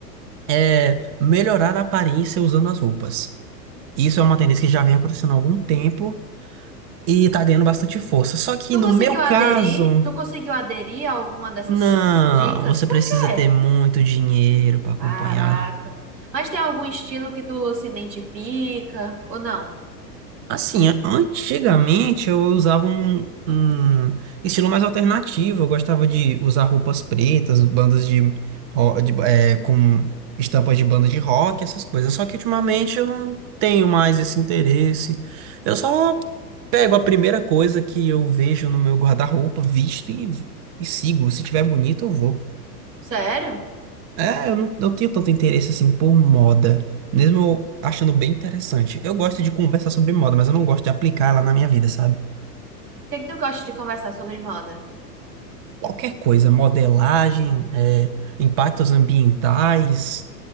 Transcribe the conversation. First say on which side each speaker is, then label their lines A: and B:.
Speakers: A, on the right; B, on the right.
A: é, melhorar a aparência usando as roupas. Isso é uma tendência que já vem acontecendo há algum tempo e tá ganhando bastante força. Só que
B: Tu
A: no
B: conseguiu
A: meu caso,
B: aderir? Tu conseguiu aderir a alguma dessas
A: não,
B: dicas?
A: você
B: Por
A: precisa
B: quê?
A: ter muito dinheiro para acompanhar.
B: Caraca. Mas tem algum estilo que tu se identifica ou não?
A: Assim, a- antigamente eu usava um, um estilo mais alternativo. Eu gostava de usar roupas pretas, bandas de, ro- de é, com estampas de banda de rock, essas coisas. Só que ultimamente eu não tenho mais esse interesse. Eu só pego a primeira coisa que eu vejo no meu guarda-roupa, visto e, e sigo. Se tiver bonito, eu vou.
B: Sério?
A: É, eu não, não tenho tanto interesse assim por moda, mesmo eu achando bem interessante. Eu gosto de conversar sobre moda, mas eu não gosto de aplicar ela na minha vida, sabe?
B: O que é que tu gosta de conversar sobre moda?
A: Qualquer coisa, modelagem, é, impactos ambientais,